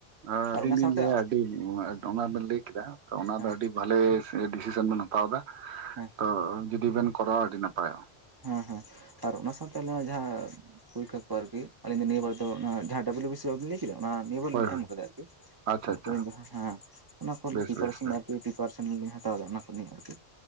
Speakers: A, on the right; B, on the right.
A: ᱟ ᱟᱹᱞᱤᱧ
B: ᱟᱨ ᱚᱱᱟ
A: ᱞᱤᱧ
B: ᱥᱟᱶᱛᱮ
A: ᱞᱟᱹᱭᱟ ᱟᱹᱰᱤ <unintelligible> ᱚᱱᱟ ᱵᱮᱱ ᱞᱟᱹᱭ ᱠᱮᱫᱟ ᱛᱚ ᱚᱱᱟ
B: ᱦᱮᱸ
A: ᱫᱚ ᱟᱹᱰᱤ ᱵᱷᱟᱞᱮ ᱰᱤᱥᱤᱥᱮᱱ ᱵᱮᱱ ᱦᱟᱛᱟᱣ ᱫᱟ
B: ᱦᱮᱸ
A: ᱛᱚ ᱡᱩᱫᱤ ᱵᱮᱱ ᱠᱚᱨᱟᱣᱟ ᱟᱹᱰᱤ ᱱᱟᱯᱟᱭᱚᱜᱼᱟ᱾
B: ᱦᱮᱸ ᱦᱮᱸ ᱟᱨ ᱚᱱᱟ ᱥᱟᱶᱛᱮ ᱟᱞᱮ ᱦᱚᱸ ᱡᱟᱦᱟ, ᱯᱚᱨᱤᱠᱷᱟ ᱠᱚ ᱟᱨᱠᱤ ᱟᱞᱤᱧ ᱫᱚ ᱱᱤᱭᱟᱹ ᱵᱟᱨ ᱫᱚ ᱱᱚᱣᱟ ᱡᱟᱦᱟᱸ ᱰᱟᱵᱞᱤᱭᱩ ᱵᱤᱥᱤ ᱵᱟᱹᱵᱤᱱ ᱞᱟᱹᱭ ᱠᱮᱫᱟ ᱚᱱᱟ ᱱᱤᱭᱟᱹ ᱵᱟᱨ
A: ᱦᱳᱭ
B: ᱞᱤᱧ
A: ᱦᱳᱭ
B: ᱮᱢ ᱠᱟᱫᱟ <inaudible>
A: ᱟᱪᱪᱷᱟ ᱟᱪᱪᱷᱟ
B: ᱡᱟᱸᱦᱟ ᱦᱟᱸ ᱚᱱᱟ ᱠᱚ
A: ᱵᱮᱥ
B: ᱯᱤᱯᱟᱨᱮᱥᱚᱱ
A: ᱵᱮᱥ ᱵᱮᱥ
B: ᱟᱨᱠᱤ ᱯᱤᱯᱟᱨᱮᱥᱚᱱ ᱚᱱᱟ ᱞᱤᱧ ᱦᱟᱛᱟᱣ ᱫᱟ ᱚᱱᱟ ᱠᱚ ᱱᱤᱭᱮ ᱟᱨᱠᱤ᱾